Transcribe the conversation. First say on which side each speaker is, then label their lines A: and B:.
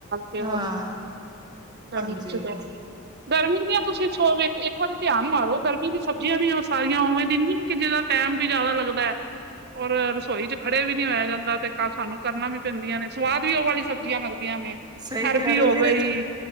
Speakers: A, on the right (about 45°); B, on the right (about 20°).
A: <unintelligible>
B: ਹਾਂ
A: ਗਰਮੀ
B: ਹਾਂਜੀ
A: ਚ ਤੇ ਗਰਮੀ ਨੀ ਐ ਤੁਸੀ ਸੌ ਵੀ ਤਰੀ ਇੱਕ ਵਾਰੀ ਧਿਆਨ ਮਾਰੋ, ਗਰਮੀ ਦੀ ਸਬਜ਼ੀਆਂ ਵੀ ਉਹ ਸਾਰੀਆਂ ਉਵੇਂ ਦੀ ਨੀ, ਕਿ ਜਿਦਾ ਟਾਈਮ ਵੀ ਜ਼ਿਆਦਾ ਲੱਗਦੈ। ਓਰ ਰਸੋਈ'ਚ ਖੜੇ ਵੀ ਨਹੀਂ ਹੋਇਆ ਜਾਂਦਾ, ਤੇ ਸਾਨੂੰ ਕਰਨਾ ਵੀ ਪੈਂਦੀਆਂ ਨੇ ਸਵਾਦ ਵੀ ਉਹ ਵਾਲੀ ਸਬਜ਼ੀਆਂ ਲੱਗਦੀਆਂ ਨੇ।
B: ਸਹੀ
A: ਅਰਬੀ
B: ਕਹਿ ਰਹੇ
A: ਹੋ
B: ਜਿਹਦੇ
A: ਗਈ।
B: ਚ